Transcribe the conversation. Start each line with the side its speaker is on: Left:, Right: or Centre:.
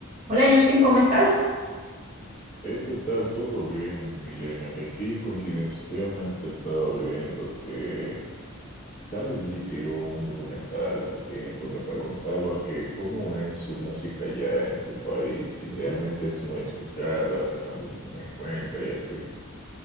Right: Hola Justin, ¿cómo estás?
Left: Eh, ¿qué tal? ¿Todo bien, Milena? Que aquí coincidencialmente estaba viendo que Karol G tiró un documental hace tiempo y me preguntaba que cómo es su música allá en tu país, si realmente es muy escuchada, qué tanto se toma en cuenta y así.